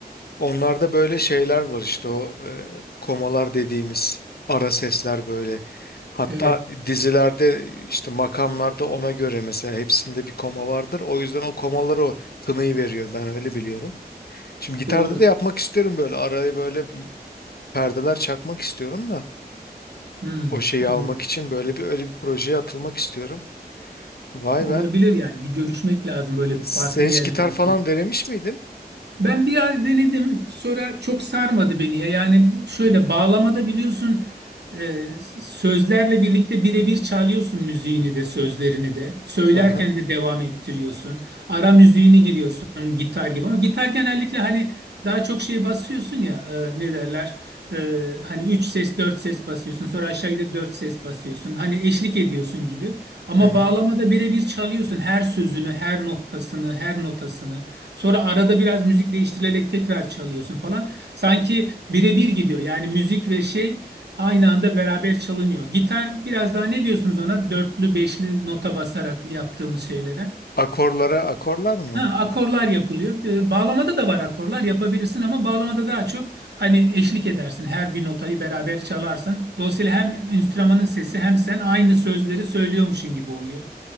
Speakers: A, on the left; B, on the right.
A: Onlarda böyle şeyler var işte o e, komalar dediğimiz ara sesler böyle. Hatta
B: Evet,
A: dizilerde işte makamlarda ona göre mesela hepsinde bir koma vardır. O yüzden o komalar o tınıyı veriyor ben öyle biliyorum. Şimdi gitarda
B: doğru.
A: da yapmak istiyorum böyle araya böyle bir perdeler çakmak istiyorum da
B: Hmm,
A: o şeyi
B: anladım.
A: almak için böyle bir öyle bir projeye atılmak istiyorum. Vay
B: Olabilir
A: be.
B: yani bir görüşmek lazım böyle
A: Sen
B: bir farklı yerlerde
A: hiç gitar falan denemiş miydin?
B: Ben bir yer denedim sonra çok sarmadı beni ya. Yani şöyle bağlamada biliyorsun e, sözlerle birlikte birebir çalıyorsun müziğini de sözlerini de. Söylerken
A: Aha.
B: de devam ettiriyorsun. Ara müziğini giriyorsun gitar gibi ama gitar genellikle hani daha çok şey basıyorsun ya e, ne derler? E, hani 3 ses 4 ses basıyorsun sonra aşağı gidip 4 ses basıyorsun. Hani eşlik ediyorsun gibi ama
A: Hı hı.
B: bağlamada birebir çalıyorsun her sözünü her noktasını her notasını. Sonra arada biraz müzik değiştirilerek tekrar çalıyorsun falan. Sanki birebir gidiyor. Yani müzik ve şey aynı anda beraber çalınıyor. Gitar biraz daha ne diyorsunuz ona? Dörtlü, beşli nota basarak yaptığımız şeylere.
A: Akorlara akorlar mı?
B: Ha, akorlar yapılıyor. Ee, Bağlamada da var akorlar yapabilirsin ama bağlamada daha çok hani eşlik edersin. Her bir notayı beraber çalarsın. Dolayısıyla hem enstrümanın sesi hem sen aynı sözleri söylüyormuşsun gibi oluyor.